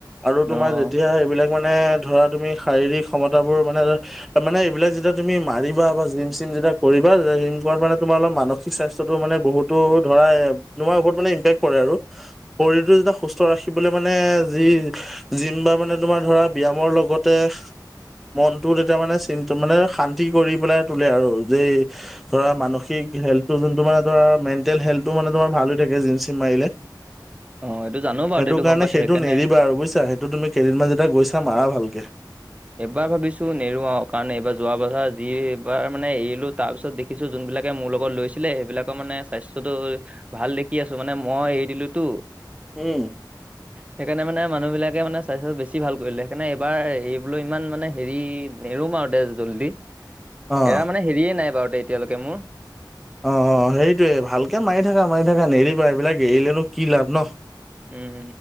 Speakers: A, in the centre; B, on the right.
A: আৰু
B: অ',
A: তোমাৰ যেতিয়া এইবিলাক। মানে ধৰা তুমি শাৰীৰিক ক্ষমতাবোৰ মানে। মানে এইবিলাক যেতিয়া তুমি মাৰিবা বা জিম চিম যেতিয়া কৰিবা জিম কৰাত মানে তোমাৰ অলপ মানসি কি স্বাস্থ্যটো মানে বহুতো ধৰা তোমাৰ ওপৰত মানে ইম্পেক্ট পৰে আৰু। শৰীৰটো যেতিয়া সুস্থ ৰাখিবলৈ মানে যি। জিম বা মানে তোমাৰ ধৰা ব্যয়ামৰ লগতে। মনটোত তেতিয়া মানে চি মানে শান্তি কৰি পেলাই তোলে আৰু যেই। ধৰা মানসিক হেল যোনটো মানে ধৰা মেণ্টেল হেলটো মানে তমাৰ ভাল হৈ থাকে জিম -চিম মাৰিলে।
B: অ এইটো জানো। বাৰু
A: সেইটো
B: এইটো
A: কাৰণে
B: গম পাইছো
A: সেইটো
B: সেইকাৰণে
A: নেৰিবা আৰু বুজিছা সেইটো তুমি কেইদিনমান যেতিয়া গৈছা মাৰা ভালকে।
B: এবাৰ ভাবিছোঁ নেৰু কাৰণে এইবাৰ যোৱা বছাৰ যি এইবাৰ মানে এৰিলো তাৰ পিছত দে। কিছু যোনবিলাকে মোৰ লগত লৈছিলে সেইবিলাকৰ মানে স্বাস্থ্যটো। ভাল দেখি আছোঁ মানে মই এৰি দিলোতো।
A: উম।
B: সেইকাৰণে মানে মানুহবিলাকে মানে স্বাস্থ্য বেছি ভাল কৰিলে সেইকাৰে এইবাৰ এই। বোলো ইমান মানে হেৰি নেৰোমা দেছটি জল্দি
A: অ',
B: এৰা মানে হেৰিয়ে নাই বাৰু। এতিয়ালৈকে মোৰ।
A: অ অ সেইটোয়ে ভালকে মাৰি থাকা মাৰি থাকা নেৰিবা এইবিলাক এৰিলেনো কি লাভ ন।
B: উম